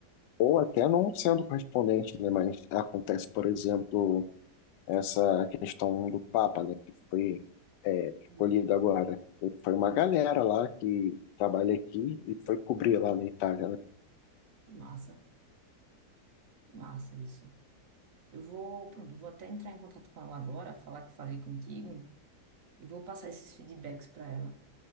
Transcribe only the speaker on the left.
ou até não sendo correspondente, né? Mas acontece, por exemplo, essa questão do Papa, né? Que foi é, escolhido
agora. Foi uma galera lá que trabalha aqui e foi cobrir lá na Itália, né?